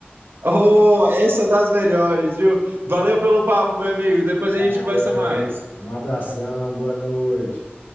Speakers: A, on the right; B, on the left.
A: oh, essa é das melhores, viu? Valeu pelo papo, meu amigo. Depois
B: Valeu,
A: a gente conversa mais.
B: um abração, boa noite.